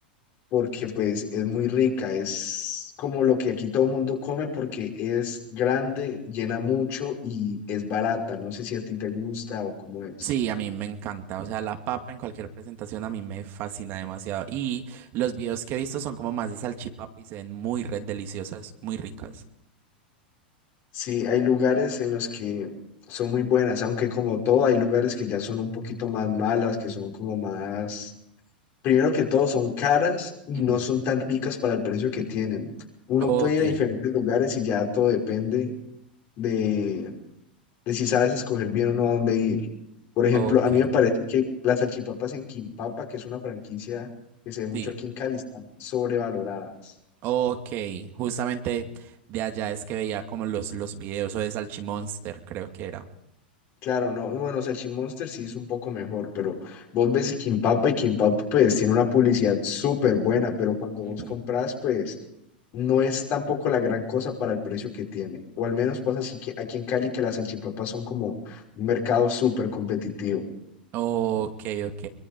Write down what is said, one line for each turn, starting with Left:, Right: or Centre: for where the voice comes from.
Left: porque pues es muy rica, es como lo que aquí todo el mundo come porque es grande, llena mucho y es barata. No sé si a ti te gusta o cómo es.
Right: Sí, a mí me encanta. O sea, la papa en cualquier presentación a mí me fascina demasiado. Y los videos que he visto son como más de salchipapa y se ven muy red deliciosas, muy ricas.
Left: Sí, hay lugares en los que son muy buenas, aunque como todo hay lugares que ya son un poquito más malas, que son como más, primero que todo son caras y
Right: Ujú.
Left: no son tan ricas para el precio que
Right: <laughs>
Left: tienen. Uno
Right: Ok,
Left: puede ir a diferentes lugares y ya todo depende de, de si sabes escoger bien o no a dónde ir. Por ejemplo,
Right: ok,
Left: a mí me parece que las salchipapas en Quimpapa, que es una franquicia que se ve mucho
Right: sí.
Left: aquí en Cali, están sobrevaloradas.
Right: Ok, justamente de allá es que veía como los, los videos o de Salchimonster, creo que era.
Left: Claro, no, bueno, Salchimonster sí es un poco mejor, pero vos ves Kimpapa y Kimpapa pues tiene una publicidad súper buena, pero cuando
Right: Ujú.
Left: vos compras pues no es tampoco la gran cosa para el precio que tiene, o al menos pasa así que aquí en Cali que las salchipapas son como un mercado súper competitivo.
Right: Ok, ok.